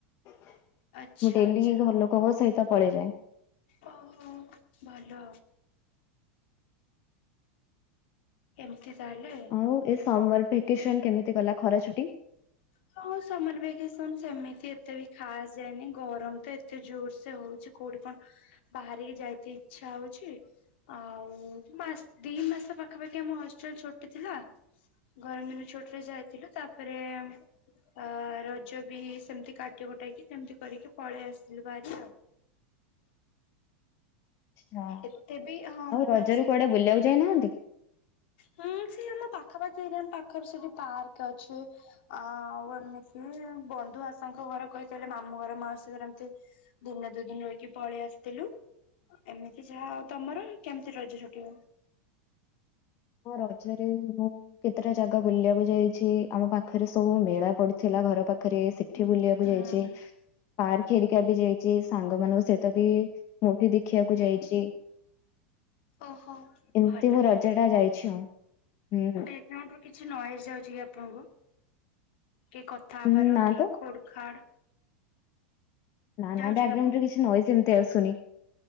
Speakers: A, on the left; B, on the left.
A: ମୁଁ
B: ଆଚ୍ଛା
A: ଡେଲି
B: ଆଚ୍ଛା
A: ଘର ଲୋ ଲୋକଙ୍କ ସହିତ ପଳେଇଯାଏ।
B: ଓହୋ ଭଲ। ଏମତି ତାହେଲେ।
A: ଆଉ ଏ ସମର୍ ଭିକେସନ କେମିତି ଗଲା ଖରା ଛୁଟି?
B: ହଁ ହଁ ସମର ଭେକେସନ ସେମିତି ଏତେ ବି ଖାସ ଯାଇନି। ଗରମ ତ ଏ ଏତେ ଜୋର ସେ ହଉଚି କୋଉଠି କଣ ବାହାରିକି ଯାଇତେ ଇଚ୍ଛା ହଉଚି। ଆଉ ମାସ୍ ଦି ମାସ ପାଖାପାଖି ଆମ ହଷ୍ଟେଲ ଛୁଟି ଥିଲା। ଗରମ ଦିନ ଛୁଟି ରେ ଯାଇଥିଲୁ। ତାପରେ ଆ ରଜ ବି ସେମିତି କାଟି କୁଟାକି ସେମିତି କରିକି ପଳେଇ ଆସିଲୁ ଭାରି ଆଉ।
A: ହଁ।
B: ଏତେ ବି ହଁ ଆମର
A: ଆଉ
B: ତ
A: ରଜରେ
B: ସେଇ
A: କୁଆଡେ ବୁଲିବାକୁ ଯାଇନାହାନ୍ତି?
B: ହୁଁ ସେ ଆମ ପାଖାପାଖି ଏରିଆ ଆମ ପାଖରେ ସେଠି ପାର୍କ ଅଛି। ଆ ଆଉ ଏମିତି ବନ୍ଧୁ ଆସାଙ୍କ ଘର କହିଲେ ମାମୁଁ ଘର ମାଉସି ଘର ଏମତି ଦିନେ ଦୁଇ ଦିନ ରହିକି ପଳେଇ ଆସିଥିଲୁ। ଏମିତି ଯାହା ଆଉ। ତମର କେମିତି ରଜ ଛୁଟି
A: ହଁ ରଜରେ ମୁଁ କେତେଟା ଜାଗା ବୁଲିବାକୁ ଯାଇଚି, ଆମ ପାଖରେ ସବୁ ମେଳା ପଡିଥିଲା ଘର ପାଖରେ ସେଠି ବୁଲିବାକୁ
B: ହୁଁ
A: ଯାଇଚି। ପାର୍କ ହେରିକା ବି ଯାଇଚି, ସାଙ୍ଗ ମାନଙ୍କ ସହିତ ବି ମୁଭି ଦେଖିବାକୁ ଯାଇଚି।
B: ଓହୋ
A: ଏମତି
B: ଭଲ
A: ମୋ
B: ତାହେଲେ।
A: ରଜ ଟା ଯାଇଚି ଆଉ। ହୁଁ ହୁଁ।
B: <unintelligible> କିଛି ନଏଜ୍ ଯାଉଚି କି ଆପଣଙ୍କୁ? କି କଥା
A: ହୁଁ
B: ହବାର
A: ନା
B: କି
A: ତ
B: ଖୋଡ୍ ଖାଡ୍?
A: ନା
B: ଯାଉଛି
A: ନା ବ୍ୟାଗଗ୍ରାଉଣ୍ଡରେ
B: କି ଆପଣ
A: କିଛି ନଏଜ୍ ଏମିତି ଆସୁନି।